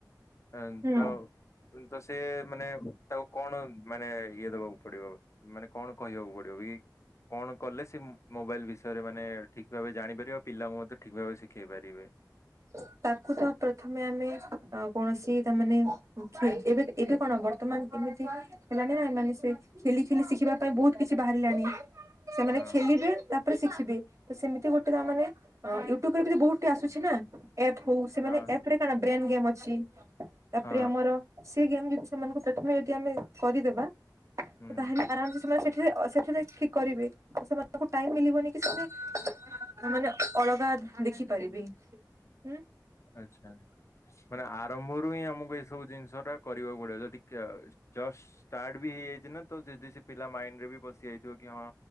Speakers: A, on the left; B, on the right.
A: ହଁ
B: ହୁଁ।
A: -ତ- ତ ସେମାନେ ତାକୁ କଣ ମାନେ ଇଏ ଦବାକୁ ପଡିବ ମାନେ କଣ କହିବାକୁ ପଡିବ ବି କଣ କଲେ ସେ ମ-ମୋବାଇଲ୍ ବିଷ୍ ବିଷୟରେ ମାନେ ଠିକ୍ ଭାଵେ ଜାଣି ପାରିବେ ଆଉ ପିଲାଙ୍କୁ ମଧ୍ୟ ଠିକ ଭାବେ ଶିଖେଇ ପାରିବେ।
B: ହ? ତାକୁ ତ ପ୍ରଥମେ ଆମେ ଅ- କୌଣସି ତା ମାନେ ଏବେ -ଏବେ କଣ ବର୍ତ୍ତମାନ୍ ଏମିତି ହେଲାଣି ନା ମାନେ ସେ ଖେଲି ଖେଲି ଶିଖିବା ପାଇଁ ବହୁତ୍ କିଛି ବାହାରିଲାଣି। ସେମାନେ
A: ହଁ
B: ଖେଲିବେ ତା ତାପରେ ଶିଖିବେ ତ ସେମିତି ଗୋଟେ ତା ମାନେ ୟୁଟ୍ୟୁବ୍ ରେ ବି ବହୁତି ଆସୁଚି ନା। ଏପ୍ ହଉ ସେମାନେ
A: ହଁ
B: ଏପ୍ ରେ କଣ ବ୍ରେନ୍ ଗେମ୍ ଅଛି ତାପରେ
A: ହଁ
B: ଆମର ସେ ଗେମ୍ ଯଦି ସେମାନଙ୍କୁ ପ୍ରଥମେ ଯଦି ଆମେ କରିଦେବା
A: ହୁଁ
B: ତାହେଲେ ଆରାମ୍ ସେ ସେମାନେ ସେଠିରେ ଓ ସେଥିରେ ଠିକ୍ କରିବେ ସେମାନଙ୍କୁ ଟାଇମ୍ ମିଳିବନି କି ସେମାନେ ମାନେ ଅଳଗା <unintelligible> ଦେଖିପାରିବେ। ହୁଁ।
A: ଆଚ୍ଛା। ମାନେ ଆରମ୍ଭରୁ ହିଁ ଆମକୁ ଏସବୁ ଜିନିଷ ଟା କରିବାକୁ ପଡିବ ଯଦି କା- ଜଷ୍ଟ୍ ଷ୍ଟାର୍ଟ ବି ହେଇଯାଇଚି ନା ତ ଯଦି ସେ ପିଲା ମାଇଣ୍ଡ ରେ ବି ପସି ଯାଇଥିବ କି ହଁ